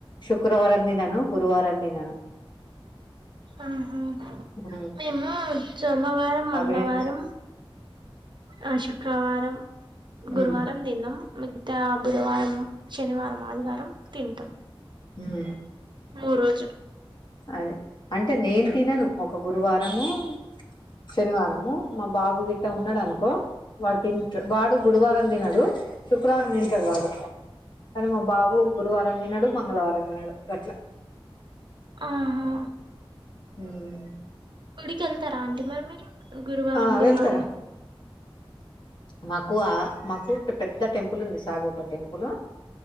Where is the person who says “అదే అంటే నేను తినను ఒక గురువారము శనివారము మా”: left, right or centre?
Left